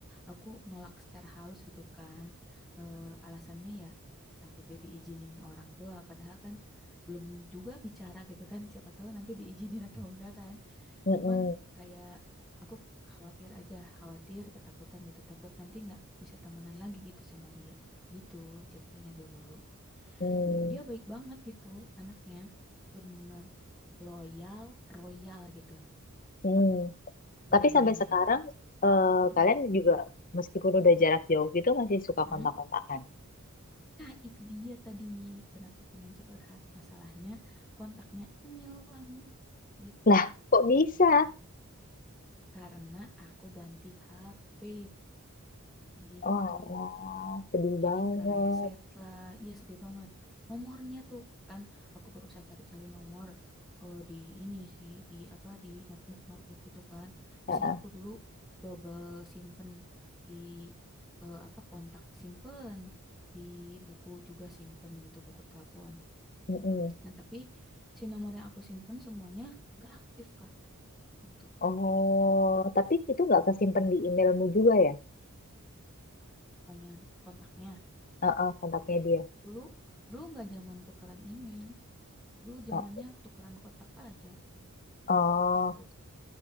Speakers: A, in the centre; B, on the left.
A: aku nolak secara halus gitu kan Eh, alasannya ya takut dia diizinin orang tua padahal kan belum juga bicara gitu kan siapa tahu nanti diizinin <laughs> atau enggak kan
B: Mm-mm.
A: cuman kayak aku khawatir aja khawatir ketakutan gitu takut nanti nggak bisa temenan lagi gitu sama dia gitu ceritanya dulu
B: Hmm,
A: Cum- dia baik banget gitu anaknya bener-bener loyal royal gitu
B: hmm.
A: dua-duanya
B: Tapi sampai sekarang eh,
A: Mm-mm.
B: kalian juga meskipun udah jarak jauh gitu masih suka
A: Mm-mm.
B: kontak-kontakan.
A: Nah, itu dia tadi kenapa pengen curhat. Masalahnya kontaknya ngilang gitu.
B: Lah, kok bisa?
A: Karena aku ganti HP gitu.
B: Wah, wah, sedih
A: Jadi
B: banget.
A: kereset lah. Iya sedih banget. Nomornya tuh kan aku berusaha cari-cari nomor eh, di ini sih di apa di notebook notebook gitu kan. Biasanya
B: Heeh,
A: aku dulu double simpen di eh, apa kontak simpen di buku juga simpen gitu buku telepon.
B: mm-mm.
A: Nah, tapi si nomor yang aku simpen semuanya nggak aktif, Kak. Itu, Kak.
B: Oh, tapi itu nggak
A: Hmm,
B: kesimpan di emailmu juga ya?
A: apanya? Kontaknya.
B: Heeh, kontaknya dia.
A: Dulu dulu nggak zaman tukeran email. Dulu zamannya
B: Heeh.
A: tukeran kotak aja
B: Oh,
A: gitu.